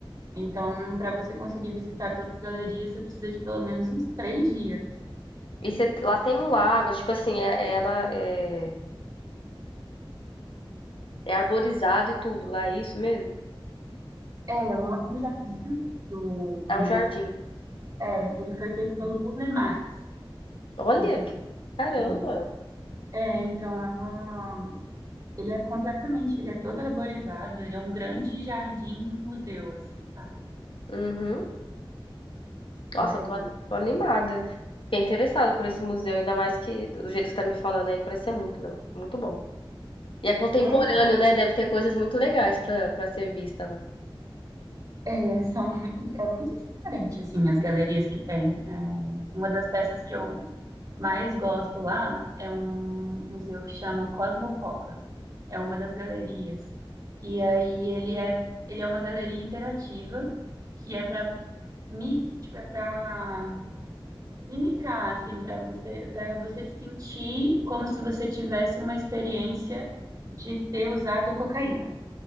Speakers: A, on the right; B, on the left.
A: Então, para você conseguir visitar todas as galerias, você precisa de pelo menos uns três dias, assim.
B: E você- lá tem um lago, tipo assim, é, é, na- é, é arborizado e tudo, lá é isso mesmo?
A: É, lá- o jardim do
B: É
A: Inhotim,
B: um jardim.
A: é, ele foi feito pelo Burle Marx.
B: Olha,
A: Não sei
B: que-
A: se você
B: caramba.
A: também. É, então é uma. Ele é completamente, ele é todo arborizado, ele é um grande jardim museu, assim, sabe?
B: Uhum. Nossa,
A: Lá é
B: eu tô,
A: muito.
B: an- tô animada. Fiquei interessada por esse museu, ainda mais que do jeito que você tá me falando aí, parece ser muito, le- muito bom. E é contemporâneo,
A: É,
B: né? Deve ter coisas muito legais pra, pra ser vista lá.
A: É, são muito, é muito diferente, assim, as galerias que tem. É, uma das peças que eu mais gosto lá é um museu que chama Cosmococa. É uma das galerias. E aí ele é, ele é uma galeria interativa que é para mi, tipo, é para mimicar, assim, para você, para você sentir como se você tivesse uma experiência de ter usado cocaína.